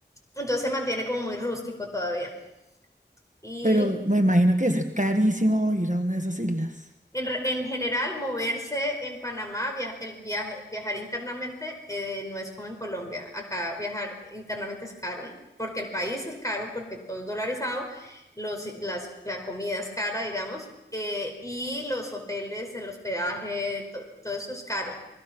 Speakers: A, on the left; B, on the right.
A: entonces se mantiene como muy rústico todavía. y
B: Pero me imagino que debe ser carísimo ir a una de esas islas.
A: En, re- en general, moverse en Panamá, via- el viaje, viajar internamente eh, no es como en Colombia. Acá viajar internamente es caro, porque el país es caro, porque todo es dolarizado, los, las, la comida es cara, digamos, eh, y los hoteles, el hospedaje, to- todo eso es caro.